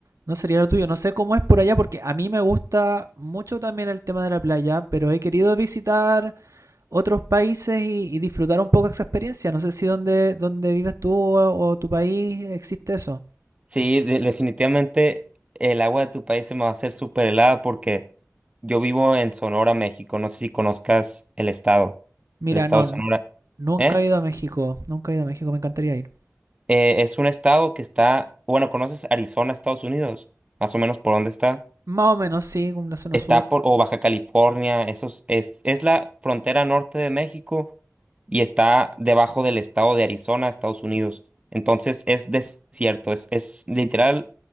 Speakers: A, on the right; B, on the right.
A: No sería lo tuyo, no sé cómo es por allá, porque a mí me gusta mucho también el tema de la playa, pero he querido visitar otros países y, y disfrutar un poco esa experiencia. No sé si donde, donde vives tú o, o tu país existe eso.
B: Sí, de- definitivamente el agua de tu país se me va a hacer súper helada porque yo vivo en Sonora, México. No sé si conozcas el estado,
A: Mira,
B: el estado
A: no,
B: de
A: n-
B: Sonora.
A: nunca
B: ¿Eh?
A: he ido a México, nunca he ido a México, me encantaría ir.
B: Eh, es un estado que está, bueno, ¿conoces Arizona, Estados Unidos? Más o menos por dónde está.
A: Más o menos, sí, con la zona
B: Está
A: sur.
B: por, o Baja California, esos, es, es es la frontera norte de México y está debajo del estado de Arizona, Estados Unidos. Entonces es desierto, es, es literal